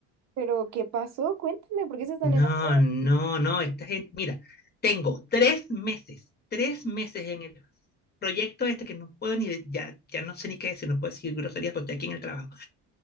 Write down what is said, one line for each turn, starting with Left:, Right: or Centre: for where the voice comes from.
Right: Pero, ¿qué pasó? Cuéntame, ¿por qué se están
Left: No,
Right: enojando?
Left: no, no, esta gente, mira, tengo tres meses, tres meses en el proyecto este que no puedo ni, de- ya, ya no sé ni qué decir, no puedo decir groserías porque estoy aquí en el trabajo.